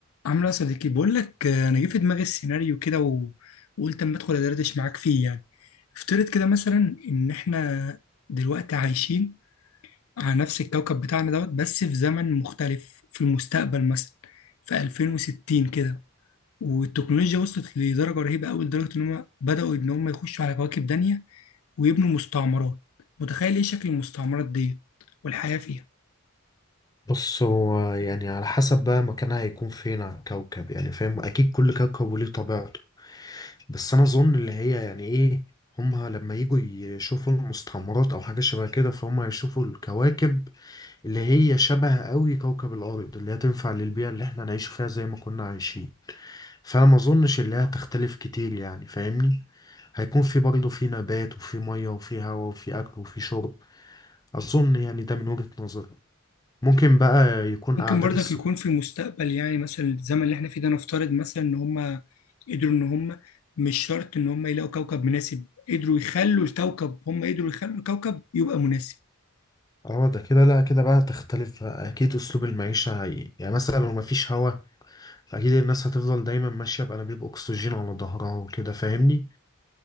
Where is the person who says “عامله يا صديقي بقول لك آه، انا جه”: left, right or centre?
Left